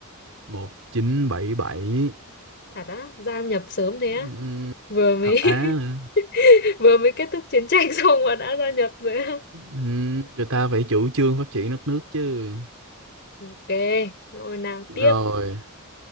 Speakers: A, on the right; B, on the left.
A: một chín bảy bảy
B: <laughs> thật á gia nhập sớm thế
A: ừ.
B: á vừa mới
A: thật á nữa
B: <laughs> vừa mới kết thúc chiến tranh <laughs> xong mà đã gia nhập rồi á
A: ừ. người ta phải chủ trương phát triển đất nước chứ
B: ok rồi nào
A: rồi
B: tiếp